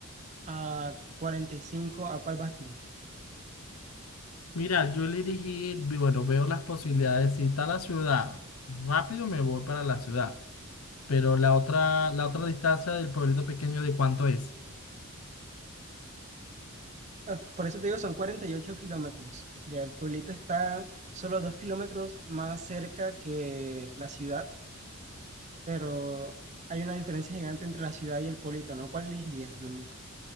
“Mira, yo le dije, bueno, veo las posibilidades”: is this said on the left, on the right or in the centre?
Left